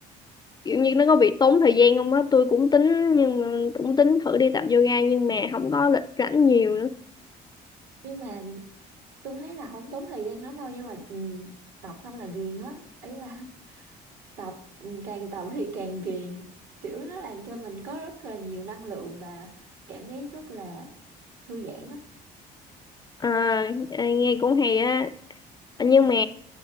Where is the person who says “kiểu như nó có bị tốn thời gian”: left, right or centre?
Left